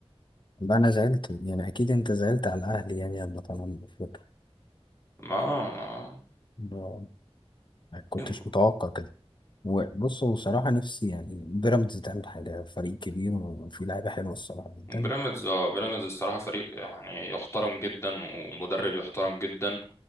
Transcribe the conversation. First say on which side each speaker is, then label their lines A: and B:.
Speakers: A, on the left; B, on the left.
A: ده أنا زعلت يعني أكيد أنت زعلت على الأهلي يعني لما طلع من أفريقيا
B: ما ما-
A: ما ما كنتش
B: يلا
A: متوقع كده هو بص هو صراحة نفسي يعني بيراميدز تعمل حاجة فريق كبير وفيه لعيبة حلوة الصراحة
B: <laughs>
A: جدا
B: بيراميدز اه بيراميدز الصراحة فريق يعني يحترم جدا ومدرب يحترم جدا